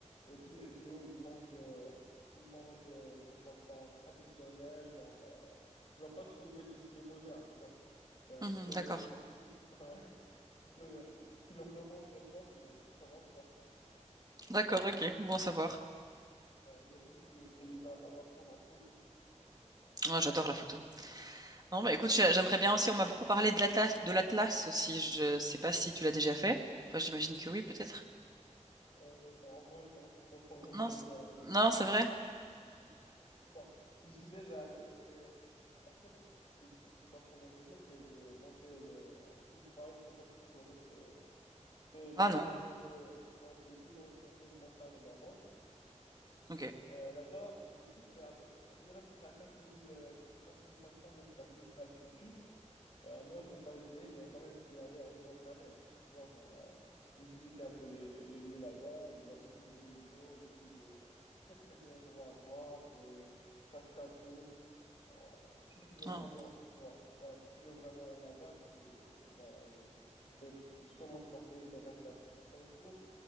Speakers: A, on the left; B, on the right.
A: et tout, et bio. Ils mangent, euh, ils mangent euh, de façon traditionnelle, genre tu vas pas trouver tout ce qui est moderne, tu vois. Ben,
B: Mhm,
A: si tu
B: d'accord.
A: leur, <laughs> si, ouais. Si tu leur, si tu leur demandes des potes, ils <laughs> ne sauront pas.
B: D'accord, ok. Bon à savoir.
A: Ouais, il y a beaucoup de paysages là-bas à prendre en photo.
B: Oh, j'adore la photo. Non,
A: Ouais.
B: bah écoute, j'ai- j'aimerais bien aussi, on m'a beaucoup parlé de l'Atlas, de l'Atlas aussi. Je sais pas si tu l'as déjà fait. Enfin, j'imagine que oui, peut-être.
A: Euh, en vrai, non, c'est pas trop mon
B: Non,
A: délire
B: c'est-
A: là-bas.
B: non, c'est vrai?
A: Non, j'y suis déjà allé, mais en fait, je t'ai dit que c'est pas trop mon délire, c'est de monter le euh, Toubkal, je sais pas si tu connais, c'est c'est le
B: Ah
A: plus
B: non.
A: grand sommet, ouais, c'est le plus grand sommet de montagne au Maroc.
B: Ok.
A: Euh, là-bas, le truc, c'est à peu- je dirais à peu près à 4000, euh, 4400 mètres d'alti- d'altitude. Euh, moi, j'ai pas essayé, mais quand même, je suis allé en dehors de la neige. Tu vois, genre, euh, j'ai visité un peu les, les lieux là-bas. Il y a beaucoup de ruisseaux, beaucoup de très, très beaux endroits à voir, des cascades d'eau. Genre, euh, si tu veux
B: Non.
A: vraiment, voir- voilà, si tu veux vraiment aller là-bas, je te, ben, je, je vais sûrement te conseiller de rester à peu près 5 jours